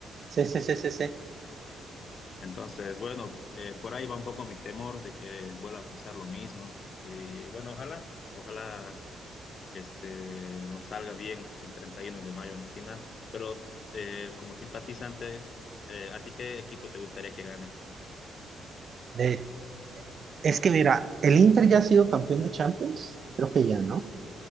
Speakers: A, on the right; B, on the left.
A: sí, sí, sí, sí, sí.
B: Entonces, bueno, eh, por ahí va un poco mi temor de que vuelva a pasar lo mismo. Y bueno, ojalá, ojalá este, nos salga bien el 31 de mayo en la final. Pero eh, como simpatizante, eh, ¿a ti qué equipo te gustaría que gane?
A: De, es que mira, el Inter ya ha sido campeón de Champions, creo que ya, ¿no?